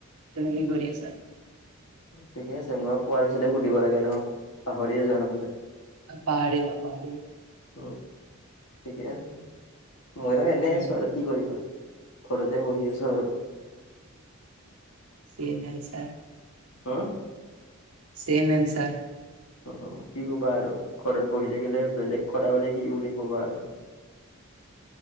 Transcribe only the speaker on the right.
তুমি কি কৰি আছা <unintelligible>
পাৰি পাৰি
উম
চিমেল ছাৰ
চেম আনচাৰ <unintelligible>